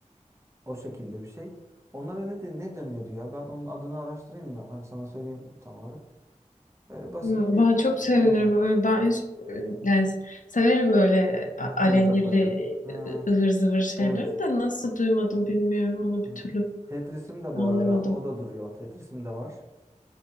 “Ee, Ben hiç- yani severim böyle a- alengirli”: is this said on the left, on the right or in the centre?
Left